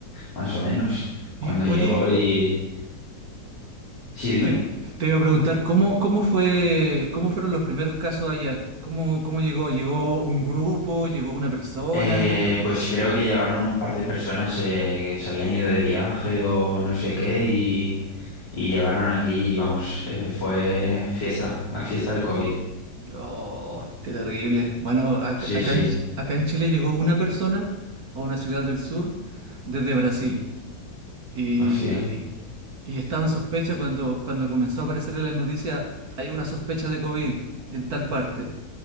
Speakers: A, on the left; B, on the right.
A: más o menos,
B: Y
A: cuando
B: oye,
A: llegó y... Sí, dime.
B: te, te iba a preguntar, ¿cómo, cómo fue, cómo fueron los primeros casos allá? ¿Cómo, cómo llegó? ¿Llegó un grupo? ¿Llegó una persona?
A: Eh,
B: ¿Cómo?
A: pues creo que llegaron un par de personas eh, que se habían ido de viaje o no sé qué y, y llegaron aquí y vamos, eh, fue fiesta, la fiesta del COVID.
B: Oh, qué terrible. Bueno, acá,
A: Sí,
B: acá
A: sí.
B: en, Ch- acá en Chile llegó una persona a una ciudad del sur desde Brasil. Y,
A: Hostia.
B: y estaba en sospecha cuando, cuando comenzó a aparecer en las noticias, hay una sospecha de COVID en tal parte.